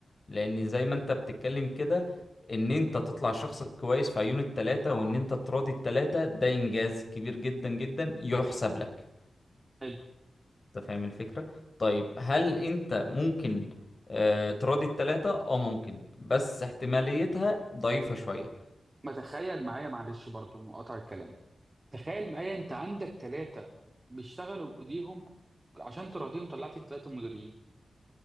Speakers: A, on the left (about 45°); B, on the right (about 30°).
A: لان زي ما انت بتتكلم كده ان انت تطلع شخص كويس في عيون التلاتة وان انت تراضي التلاتة ده انجاز كبير جدا جدا يحسب لك
B: حلو
A: انت فاهم الفكرة طيب هل انت ممكن آه تراضي التلاتة اه ممكن بس احتماليتها ضعيفة شوية
B: ما تخيل معايا معلش برضو مقاطع الكلام تخيل معايا انت عندك ثلاثة بيشتغلوا بايديهم عشان تراضيهم طلعت الثلاثة مديرين